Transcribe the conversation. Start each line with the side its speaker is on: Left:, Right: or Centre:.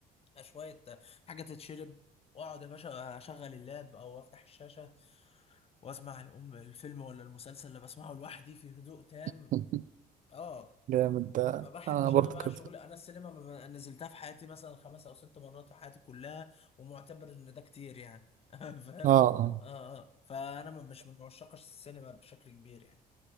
Left: شويه آه، حاجه تتشرب واقعد يا باشا اشغل اللاب او افتح الشاشه واسمع الام الفيلم ولا المسلسل اللي بسمعه لوحدي في هدوء تام
Right: <laughs>
Left: اه
Right: جامد ده
Left: ما بحبش
Right: انا برضه
Left: انا بقى
Right: كده
Left: شغل انا السينما ما- ما نزلتها في حياتي مثلا خمس او ست مرات في حياتي كلها ومعتبر ان ده كتير يعني <laughs> فاهم
Right: اه اه
Left: اه اه فانا ما- مش من عشاق السينما بشكل كبير يعني